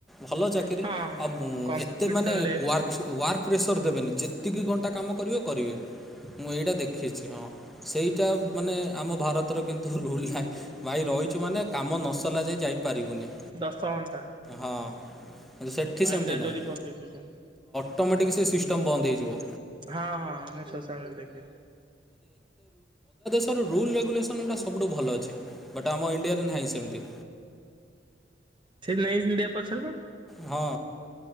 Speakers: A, in the centre; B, on the right.
A: ଭଲ ଚାକିରି
B: ହଁ
A: ଆଉ
B: competition
A: ଏତେ ମାନେ
B: less
A: works work pressure ଦେବେନି ଯେତିକି ଘଣ୍ଟା କାମ କରିବେ କରିବେ। ମୁଁ ଏଇଟା ଦେଖିଛି ହଁ। ସେଇଟା ମାନେ ଆମ ଭାରତ ତର କିନ୍ତୁ ରୁଲ୍ ନାହିଁ। ରହିଛୁ ମାନେ କାମ ନସଲା ଯାଏ ଯାଇ ପାରିବୁନି
B: ଦଶ ଘଣ୍ଟା
A: ହଁ। ସେଠି
B: ମାଣ୍ଡାଟୋରି
A: ସେମିତି ନାହିଁ
B: ପକେଇ ଦୁଉଚ଼ନୀ।
A: ଅଟୋମେଟିକ୍ ସେ ସିଷ୍ଟମ୍ ବନ୍ଦ ହୋଇଯିବ।
B: ହଁ ହଁ ମୁଁ ସୋସାମିଲ୍ ଦେଖଛି।
A: ରୁଲ ରେଗୁଲେସନ୍ଟା ସବୁଠୁ ଭଲ ଅଛି। ବଟ ଆମ ଇନ୍ ଇଆରେ ନାହିଁ ସେମତି।
B: ସେଇଥିଲାଗି ଇଣ୍ଡିଆ ପଛରେ ବା।
A: ହଁ।